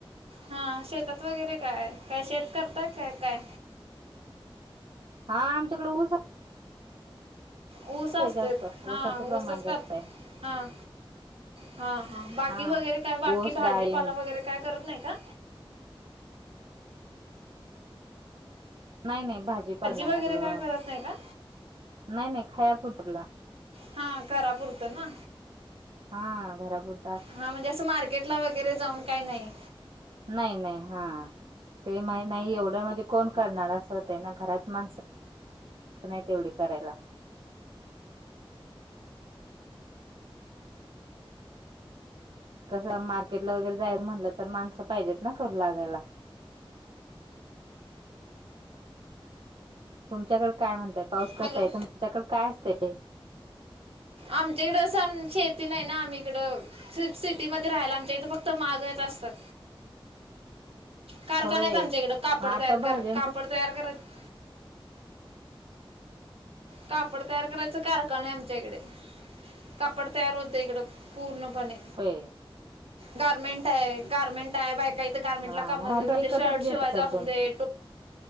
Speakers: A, on the right (about 80°); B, on the right (about 70°).
A: हा शेतात वगैरे काय, काय शेत करताय काय काय?
B: हां, आमच्याकडे ऊस हा
A: ऊस असतेत
B: जास्त ऊसाचं
A: हा,
B: प्रमाण
A: ऊस असतात
B: जास्त आहे
A: हां. हा हा, बाकी
B: हा.
A: वगैरे काय बाकी
B: ऊस
A: भाजीपाला
B: डाळिंब
A: वगैरे काय करत नाही का?
B: नाही नाही भाजी पण नाही
A: वगैरे
B: आपलं,
A: काय करत नाही का
B: नाही नाही <unintelligible>
A: हा, घरापुरतं ना.
B: हा घरा पुरत.
A: हा, म्हणजे असं मार्केट ला वगैरे जाऊन काय नाही.
B: नाही नाही, हा.. ते मा नाही एवढं म्हणजे, कोण करणार असं होत ना घरात माणसं. नाही तेवढी करायला. कसं मार्केटला वगैरे जायच म्हणलं तर, माणसं पाहिजेत ना करू लागायला. तुमच्याकडे काय म्हणताय, पाऊस कसा
A: हॅलो
B: आहे तुमच्याकडे काय असतंय.
A: आमच्याइकडं असं आम, शेती नाही ना आम्ही इकडं. सिटीमध्ये राहायला आमच्या इथे फक्त महागच असतात. कारखान
B: होय.
A: आहेत आमच्या इकडं, कापड
B: मग आता
A: तयार कर
B: भाज्यांच
A: कापड तयार करायचं. कापड तयार करायच कारखाने आहे आमच्याकडे. कापड तयार होतंय, इकडं पूर्णपणे.
B: होय.
A: गार्मेंट आहे गार्मेंट आहे, बायका इतर गार्मेंट
B: हा
A: ला काम
B: मग भाज्या विकतच
A: ते शर्ट
B: घेत
A: शिवायंच
B: असाल
A: असु
B: तुम्ही
A: दे.